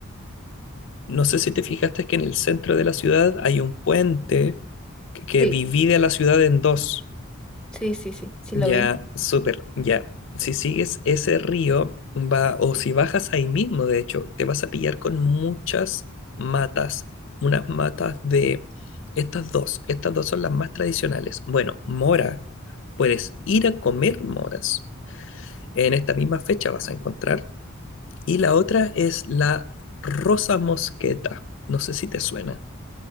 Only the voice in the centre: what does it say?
Sí,
sí, sí, sí, sí
lo vi.